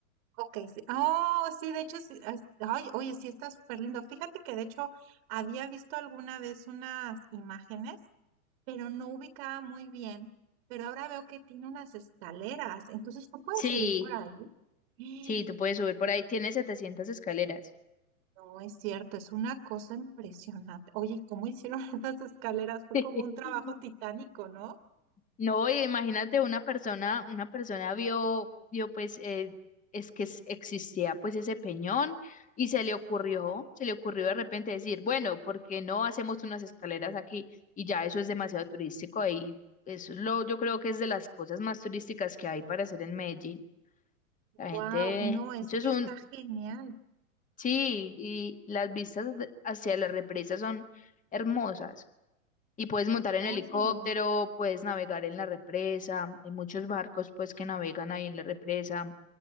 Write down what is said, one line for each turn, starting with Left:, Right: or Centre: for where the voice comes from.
Right: Ok, sí. Oh, sí, de hecho, sí. as- Ay, oye, sí, está súper lindo. Fíjate que de hecho había visto alguna vez unas imágenes, pero no ubicaba muy bien. Pero ahora veo que tiene unas escaleras, entonces tú puedes
Left: Sí,
Right: subir por ahí. <gasps>
Left: sí, tú puedes
Right: ¡Eh!
Left: subir por ahí. Tiene setecientas escaleras.
Right: No es cierto, es una cosa impresionante. Oye, ¿y ¿cómo hicieron <laughs> estas escaleras? Fue
Left: <laughs>
Right: como un trabajo titánico, ¿no?
Left: No, y imagínate una persona, una persona vio, vio pues, eh, es que es- existía pues ese peñón y se le ocurrió, se le ocurrió de repente decir, bueno, ¿por qué no hacemos unas escaleras aquí? Y ya eso es demasiado turístico y eso es lo, yo creo que es de las cosas más turísticas que hay para hacer en Medellín. La
Right: Wow,
Left: gente,
Right: no, es
Left: eso
Right: que
Left: es un,
Right: está genial.
Left: sí, y las vistas de- hacia las represas son hermosas. Y puedes montar en
Right: Oye.
Left: helicóptero, puedes navegar en la represa, hay muchos barcos pues que navegan ahí en la represa,